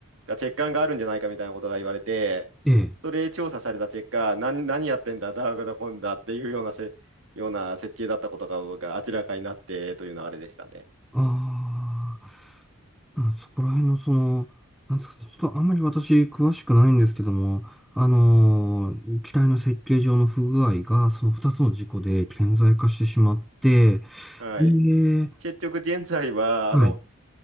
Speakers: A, on the right; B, in the centre.
A: 欠陥があるんじゃないかみたいなことが言われて、
B: ええ。
A: それ調査された結果、何、何やってんだ、ダーグだ、こんだっていうようなせ、ような設計だったことがが明らかになってという流れでしたね。
B: ああ、うんそこら辺のその、なんですかね、ちょっとあんまり私詳しくないんですけども、あのー機体の設計上の不具合がその2つの事故で顕在化してしまって、
A: はい。
B: で、
A: 結局現在は、
B: はい、
A: あの、